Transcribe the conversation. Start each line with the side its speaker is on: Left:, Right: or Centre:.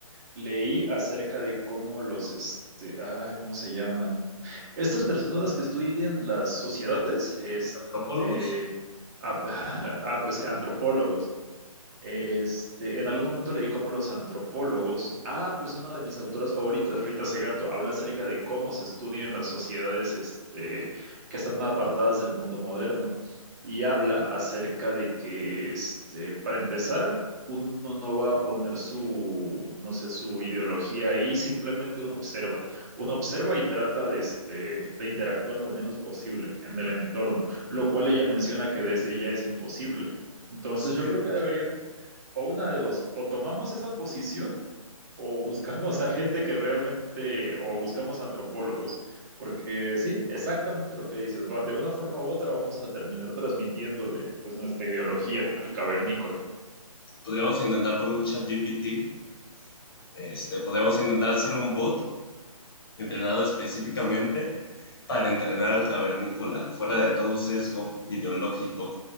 Right: Leí acerca de cómo los, este, ah, ¿cómo se llaman? Estas personas que estudian las sociedades, este,
Left: ¿Antropólogos?
Right: ah, <laughs> ah, pues antropólogos. Este, en algún momento leí cómo los antropólogos, ah, pues una de mis autoras favoritas, Rita Segato, habla acerca de cómo se estudian las sociedades, este, que están apartadas del mundo moderno y habla acerca de que, este, para empezar, uno no va a poner su, no sé, su ideología ahí, simplemente uno observa. Uno observa y trata de, este, de interactuar lo menos posible en el entorno, lo cual ella menciona que desde ya es imposible. Entonces
Left: Sí.
Right: yo creo que deberíamos, o una de dos, o tomamos esa posición o buscamos a gente que realmente, o buscamos antropólogos, porque sí, exactamente lo que dices, va, de una forma u otra vamos a terminar transmitiéndole pues nuestra ideología al cavernícola.
Left: Podríamos intentar con un chat GPT, este, podríamos intentar hacer un bot entrenado específicamente para entrenar al cavernícola, fuera de todo sesgo ideológico.